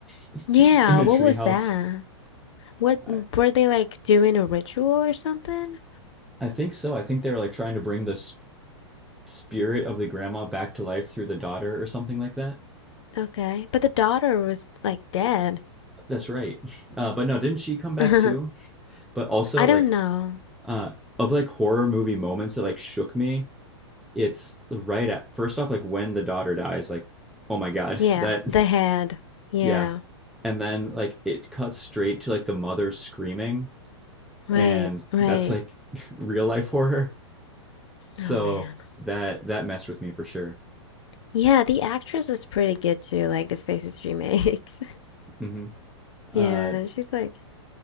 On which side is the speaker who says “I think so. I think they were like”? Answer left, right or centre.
Centre